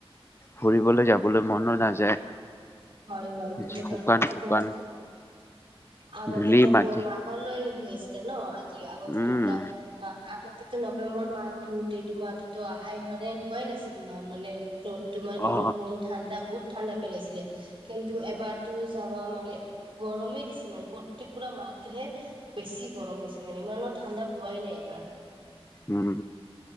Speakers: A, on the left; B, on the right.
A: ফুৰিবলৈ যাবলৈ মনো নাযায়।
B: হয়- হয় ঠিকে
A: শুকান
B: ক'লে, আজিকালিটো
A: শুকান
B: পোৰা আগতেটো
A: ধূলি মাটি
B: পুহ মাহলৈ <unintelligible> চে ন, আজি আগতে
A: উম
B: যেনুকা আ আগতে টো নৱেম্বৰ মাহটো <unintelligible> মাহটোটো অহাই মানে হোৱাই নাছিল ম মানে য'ত তোমাৰ
A: অ
B: বৰষুণ ঠাণ্ডা বহুত ঠাণ্ডা পেলাইছিলে। কিন্তু এবাৰতো চাবা মানে গৰমেই দিছে মানে প্ৰতি পুৰা মাহটোহে বেছি গৰম হৈছে মানে ইমানো ঠাণ্ডা হোৱাই নাই এইবাৰ।
A: উম